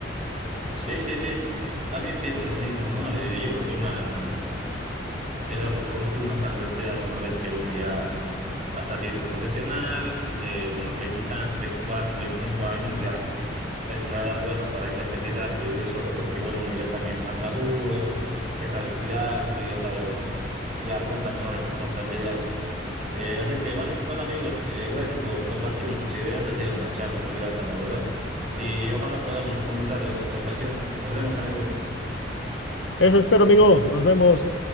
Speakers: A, on the right; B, on the left.
A: Sí, sí, sí. También pienso lo mismo, ¿no? Eh, yo creo que una, edad oportuna tal vez sea una vez que uno ya ha salido profesional, eh, unos veintitantos, 24, 25 años, ya es una edad buena para independizarse, vivir solo, porque bueno, uno ya es también más maduro, ya sabe cuidarse, ya sabe, ya afronta mejor las responsabilidades. Eh, así que bueno, bueno amigo, eh, gracias por compartirme tus ideas, ha sido una charla muy grata, la verdad, y ojalá podamos conversar en otra ocasión. Nos vemos, amigo.
B: Eso espero, amigo. Nos vemos.